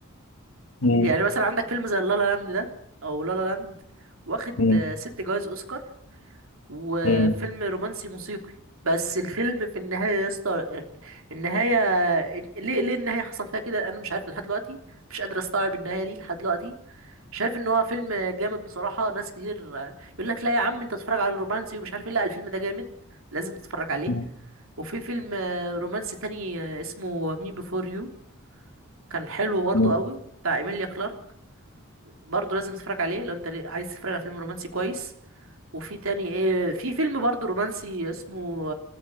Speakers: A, on the left; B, on the right.
A: مم.
B: يعني مثلا عندك فيلم زي لالا لاند ده او لالا لاند واخد
A: مم.
B: آه، ست جوائز اوسكار وفيلم
A: مم.
B: رومانسي موسيقي بس الفيلم في النهاية يا اسطى النهاية ليه ليه النهاية حصل فيها كده أنا مش عارف لحد دلوقتي مش قادر أستوعب النهاية دي لحد دلوقتي شايف إن هو فيلم جامد بصراحة ناس كتير يقول لك لا يا عم أنت تتفرج على الرومانسي ومش عارف إيه لا الفيلم ده جامد لازم تتفرج عليه
A: مم.
B: وفي فيلم رومانسي تاني اسمه مي بيفور يو كان حلو برضه
A: مم. مم.
B: قوي بتاع إيميليا كلارك برضه لازم تتفرج عليه لو أنت عايز تتفرج على فيلم رومانسي كويس وفي تاني ايه في فيلم برضه رومانسي اسمه